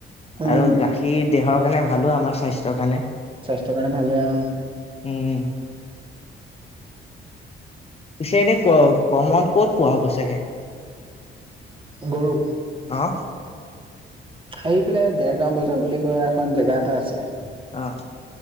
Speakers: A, on the right; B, on the left.
A: উম
B: আৰু গাখীৰ দেহৰ কাৰণে ভালো আমাৰ স্বাস্থ্যৰ কাৰণে।
A: স্বাস্থ্য কাৰণে ভালে অঁ।
B: উমঁ! পিছে এনেই ক কমন ক'ত পোৱা হ'ব চাগে?
A: গৰু।
B: অ',
A: সেইফেলে দেৰগাঁও বজাৰ বুলি কোৱা এখন জেগা এটা আছে।
B: অঁ!